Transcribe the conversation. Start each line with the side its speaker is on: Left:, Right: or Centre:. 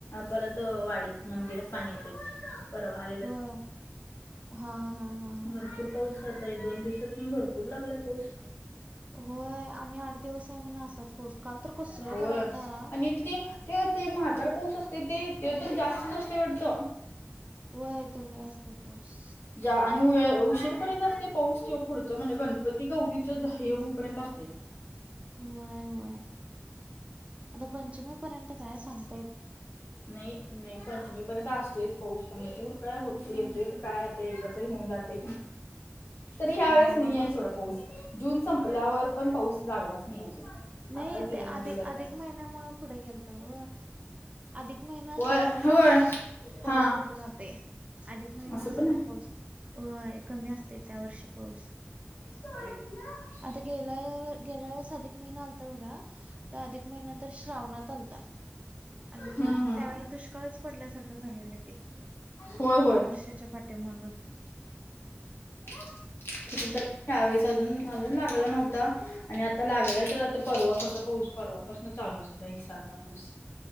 Left: परत वाढत मंदिरात पाणी येते परवा आले
Right: होय हा हा हा हा.
Left: भरपूर पाऊस आताय दोन दिवसात पण भरपूर लागलाय पाऊस.
Right: होय आणि आठ दिवस आहे म्हण असाच पाऊस काल तर कसला
Left: होय
Right: पडायलता.
Left: आणि तिथे ते ते म्हातार पाऊस असते ते ते तर जास्तच असतय वाटत.
Right: होय तो लय असतय पाऊस.
Left: ज्या आणि उशीरपर्यंत असते पाऊस पुढच म्हणजे गणपती गौरीच हे होऊपर्यंत असतय.
Right: होय होय आता पंचमी पर्यंत काय सांग
Left: नाही नाही पंचमी पर्यंत असतोयच पाऊस पण पूर काय होत
Right: हम्म
Left: येतय का काय आता एकदा होउन जातय तरी यावेळेस
Right: नको
Left: नाही
Right: बाबा
Left: एवढा सोड पाऊस जुन संप ल्यावर पण पाऊस लागलाच नाही अजून.
Right: नाही
Left: आता जुलैमध्ये
Right: ते अधिक
Left: जरा
Right: अधिक
Left: लागला
Right: महिन्यामुळ पुढ गेलत व. अधिक महिना असला
Left: होय
Right: की नाही
Left: होय
Right: पाऊस
Left: हा
Right: पुढं जातंय. अधिक महिना
Left: असं
Right: असला
Left: पण आहे.
Right: पाऊस कमी असते त्या वर्षी पाऊस.
Left: ना.
Right: आता गेल्या - गेल्या वेळेस अधिक महिना आलत बघा. तर अधिक महिना तर श्रावणात चालता. आणि
Left: हम्म हम्म.
Right: त्यावेळेला दुष्काळच पडल्यासारखं झालेलं पिकं.
Left: होय होय
Right: तीन वर्षाच्या पाठीमाग. <inaudible>
Left: कुठं तरी त्यावेेळेस अजून - अजून लागला नव्हता. आणि आता लागलाय तर आता परवा कसं पाऊस परवापासनं चालू झाला एकसारखा पाऊस.